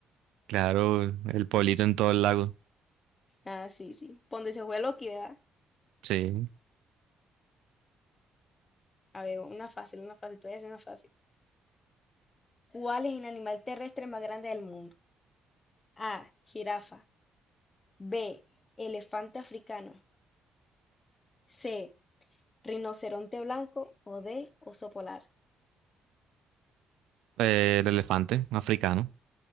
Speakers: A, on the right (about 85°); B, on the left (about 30°).
A: claro, el pueblito en todo el lago.
B: Ah, sí, sí. Ponte se fue Loki, ¿verdad?
A: Sí.
B: A ver, una fácil, una fácil. Todavía es una fácil. ¿Cuál es el animal terrestre más grande del mundo? A. Jirafa. B. Elefante africano. C. Rinoceronte blanco. O D. Oso polar.
A: Eh, el elefante africano.